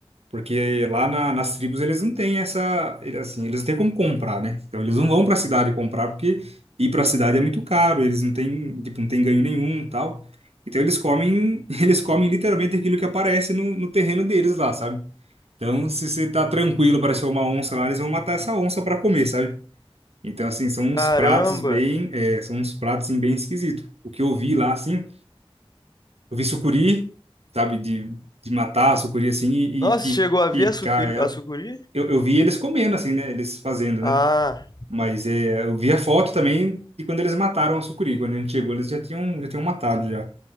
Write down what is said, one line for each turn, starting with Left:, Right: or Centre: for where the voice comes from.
Right: Porque lá na- nas tribos eles não têm essa... ele- Assim, eles não têm como comprar, né? Então, eles não vão para a cidade comprar porque ir para a cidade é muito caro. Eles não têm, tipo, não têm ganho nenhum tal. Então, eles comem, <laughs> eles comem literalmente aquilo que aparece no no terreno deles lá, sabe? Então, se você tá tranquilo, apareceu uma onça lá, eles vão matar essa onça para comer, sabe? Então, assim, são uns
Left: Caramba!
Right: pratos bem, é, são uns pratos assim, bem esquisitos. O que eu vi lá, assim, eu vi sucuri, sabe, de, de matar a sucuri assim e,
Left: Nossa,
Right: e pi-
Left: chegou a ver
Right: picar
Left: a sucuri?
Right: ela.
Left: A sucuri?
Right: Eu, eu vi eles comendo, assim, né? Eles fazendo, né?
Left: Ah,
Right: Mas é, eu vi a foto também de quando eles mataram a sucuri. Quando a gente chegou, eles já tinham, já tinham matado já.